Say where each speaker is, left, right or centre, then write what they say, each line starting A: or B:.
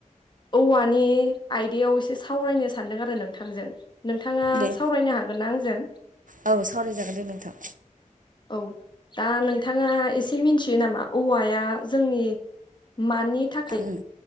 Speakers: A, on the left (about 35°); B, on the right (about 70°).
A: औवानि आयदायाव एसे सावरायनो सानदों आरो नोंथांजों नोंथाङा
B: दे
A: सावरायनो हागोन ना आंजों
B: औ सावरायजागोन दे नोंथां।
A: औ दा नोंथाङा एसे मिनथियो नामा औवाया जोंनि मानि थाखाय
B: उम